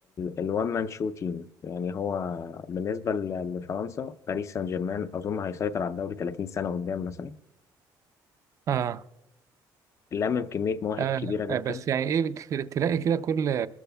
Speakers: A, on the left; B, on the right.
A: الوان مان شو تيم يعني هو بالنسبة ل- لفرنسا باريس سان جيرمان أظن هيسيطر على الدوري 30 سنة قدام مثلا
B: آه.
A: لمم كمية مواهب
B: آه.
A: كبيرة
B: آه
A: جدا
B: بس يعني ايه بت- تلاقي كده كل